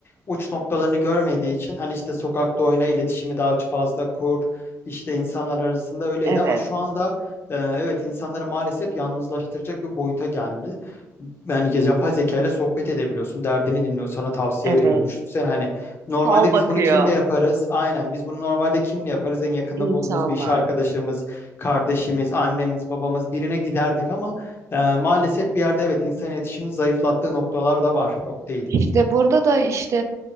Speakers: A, on the left; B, on the right.
A: uç noktalarını görmediği için hani işte sokakta oyna iletişimi daha fazla kur, işte insanlar arasında öyleydi
B: Evet,
A: ama şu anda e, evet insanları maalesef yalnızlaştıracak bir boyuta geldi. Yani ge- yapay zeka ile sohbet edebiliyorsun, derdini dinliyor, sana tavsiye
B: evet.
A: veriyor. Düşünsene hani normalde
B: Fal bakıyor.
A: biz bunu kimle yaparız? Aynen biz bunu normalde kimle yaparız? En yakında
B: insanlarla.
A: bulduğumuz bir iş arkadaşımız, kardeşimiz, annemiz, babamız birine giderdik ama ee, maalesef bir yerde evet insan iletişimini zayıflattığı noktalar da var. Yok değil.
B: İşte burada da işte